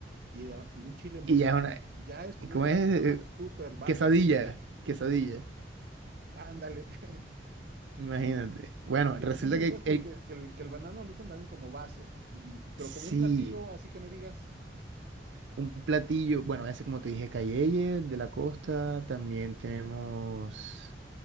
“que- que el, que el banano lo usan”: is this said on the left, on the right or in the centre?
Right